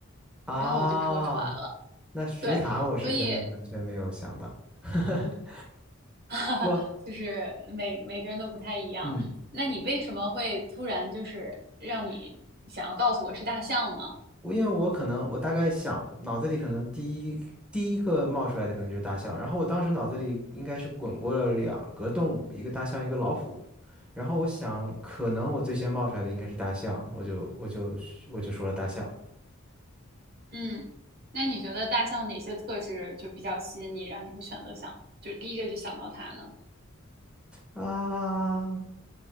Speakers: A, in the centre; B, on the right.
A: 啊？
B: 然后我就说出来了。
A: 那水獭我是真的完全没有想到，
B: 对，所以
A: <laughs>
B: <laughs>
A: 我
B: 就是每每个人都不太一样。
A: 嗯，
B: 那你为什么会突然就是让你想要告诉我是大象呢？
A: 我因为我可能我大概想脑子里可能第一第一个冒出来的可能就是大象，然后我当时脑子里应该是滚过了两个动物，一个大象，一个老虎。然后我想，可能我最先冒出来的应该是大象，我就我就我就说了大象。
B: 嗯，那你觉得大象哪些特质就比较吸引你，让你会选择想，就第一个就想到它呢？
A: 啊，